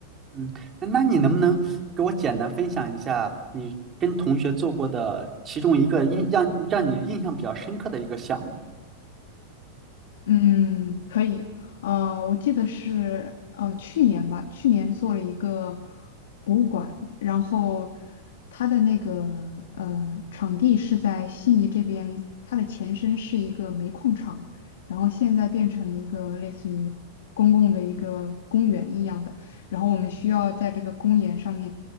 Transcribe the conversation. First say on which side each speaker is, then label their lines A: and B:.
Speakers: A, on the right; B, on the left.
A: 嗯，那你能不能给我简单分享一下你跟同学做过的其中一个印让让你印象比较深刻的一个项目？
B: 嗯，可以。嗯、我记得是呃去年吧，去年做了一个博物馆，然后它的那个呃场地是在悉尼这边，它的前身是一个煤矿场，然后现在变成了一个类似于公共的一个公园一样的，然后我们需要在这个公园上面